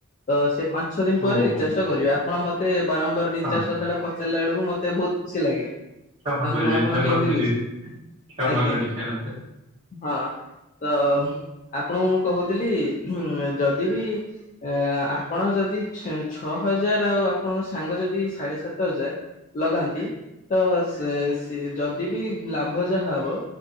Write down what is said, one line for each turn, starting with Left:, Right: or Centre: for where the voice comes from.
Left: ତ ସେ ପାଞ୍ଚ ଛ ଦିନ ପରେ
Right: ଓହୋ
Left: ରିଚାର୍ଜ ଟା କରିବେ। ଆପଣ ମତେ ବାରମ୍ବାର ରିଚାର୍ଜ
Right: ହଁ
Left: କଥା ଟା ପଚ ହେଲା ବେଳକୁ ମତେ ବହୁତ ଖୁସି ଲାଗେ।
Right: କ୍ଷମା
Left: ଆଉ
Right: କରିବେ
Left: ମୁଁ ଆପଣ
Right: କ୍ଷମା
Left: କେମିତି
Right: କରିବେ
Left: ବୁଝ
Right: କ୍ଷମା
Left: ଆଜ୍ଞା
Right: କରିବେ ମତେ
Left: ହଁ। ତ ଆପଣଙ୍କୁ ମୁଁ କହୁଥିଲି ଯଦି ବି ଏ ଆପଣ ଯଦି ଛ ଛଅ ହଜାର ଆଉ ଆପଣଙ୍କ ସାଙ୍ଗ ଯଦି ସାଢେ ସାତ ହଜାର ଲଗାନ୍ତି ତ ସ ସେ ଯଦି ବି ଲାଭ ଯାହା ହବ।